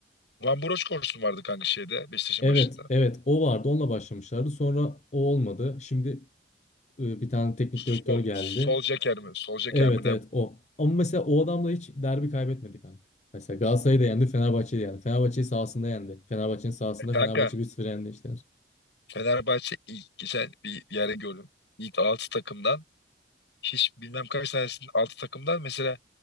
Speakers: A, on the left; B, on the left.
A: Van Broch koşusu vardı kanka şeyde Beşiktaş'ın
B: Evet
A: başında.
B: evet o vardı onunla başlamışlardı sonra o olmadı. Şimdi e, bir tane teknik
A: Sol,
B: direktör geldi.
A: sol Solskjaer mi? Sol
B: Evet
A: mi
B: evet
A: ne?
B: o. Ama mesela o adamla hiç derbi kaybetmedi kanka. Mesela Galatasaray'ı da yendi Fenerbahçe'yi de yendi. Fenerbahçe'yi sahasında yendi. Fenerbahçe'nin sahasında
A: Kanka
B: Fenerbahçe bir sıfır yendi işte.
A: Fenerbahçe ilk geçen bir yere gördüm. İlk altı takımdan hiç bilmem kaç tanesinin altı takımdan mesela